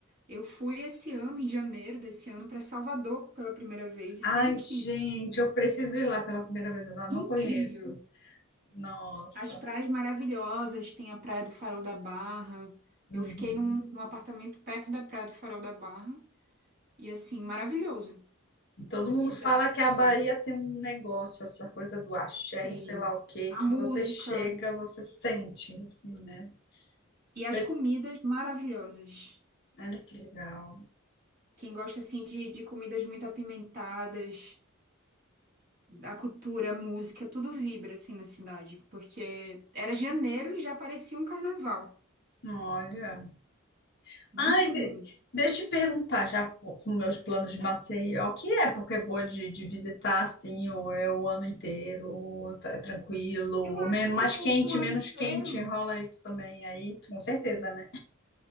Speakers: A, on the right; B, on the left.
A: Eu fui esse ano, em janeiro desse ano, para Salvador pela primeira vez e
B: Ai,
A: foi incrível.
B: gente, eu preciso ir lá pela primeira vez, eu ainda não
A: Incrível.
B: conheço. Nossa.
A: As praias maravilhosas, tem a Praia do Farol da Barra.
B: Uhum.
A: Eu fiquei num, num apartamento perto da Praia do Farol da Barra e assim, maravilhoso.
B: E Todo
A: A
B: mundo
A: cidade
B: fala que a Bahia tem um negócio, essa coisa do axé,
A: tem
B: de sei lá o quê,
A: a
B: que
A: música
B: você chega, você sente, assim, né?
A: e
B: Vocês-
A: as comidas maravilhosas.
B: Olha que legal.
A: Quem gosta assim de, de comidas muito apimentadas, a cultura, a música, tudo vibra assim na cidade, porque era janeiro e já parecia um carnaval.
B: Olha.
A: Muito
B: Ai,
A: lindo.
B: de- deixa eu te perguntar já com com meus planos de Maceió, que época é boa de, de visitar assim, Ou é o ano inteiro, tá- é tranquilo,
A: Eu acho
B: menos, mais
A: que o,
B: quente,
A: que o ano
B: menos
A: inteiro
B: quente, rola isso também aí, com certeza, né?